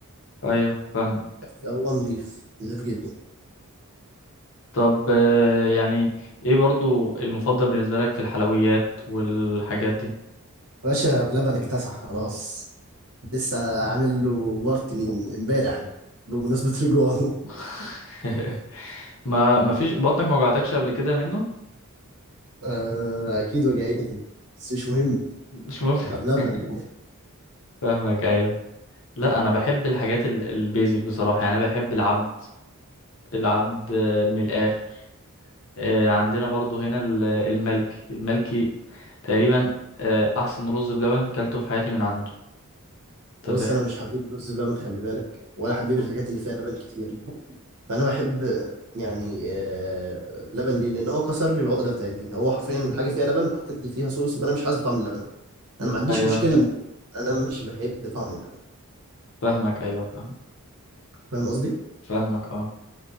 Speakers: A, on the left (about 60°); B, on the right (about 70°).
A: ايوه فاهمك
B: بس هو نضيف نضيف جدا
A: طب آه، يعني ايه برضو المفضل بالنسبه لك في الحلويات والحاجات دي
B: باشا بلبن اكتسح خلاص لسه عامل له بارتي من امبارح بمناسبة رجوعه
A: <laughs>
B: <laughs>
A: ما ما فيش بطنك ما وجعتكش قبل كده منه
B: آه أكيد وجعتني بس مش مهم
A: مش ممكن
B: ده بلبن
A: <laughs> فاهمك ايوه لا انا بحب الحاجات ال- البيزك بصراحه يعني انا بحب العبد العبد آه، من الاخر آه، عندنا برضو هنا ال- الملكي الملكي تقريبا آه، احسن رز بلبن كلته في حياتي من عنده انت
B: بص
A: فاهم
B: أنا مش حبيب رز بلبن خلي بالك ولا حبيب
A: مم.
B: الحاجات اللي فيها لبن كتير فأنا بحب يعني آه بلبن ليه؟ لأن هو كسر لي العقدة بتاعت دي هو حرفيا الحاجة فيها لبن حطيت لي فيها صوص فأنا مش حاسس بطعم اللبن أنا ما عنديش
A: ايوه
B: مشكلة من دي أنا مش بحب طعم اللبن
A: فاهمك ايوه فاهم
B: فاهم قصدي؟
A: فاهمك اه